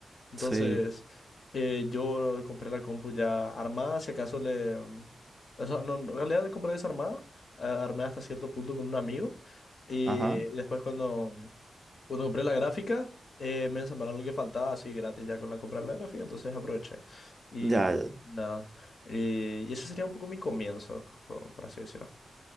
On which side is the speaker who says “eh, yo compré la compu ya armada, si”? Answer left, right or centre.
Left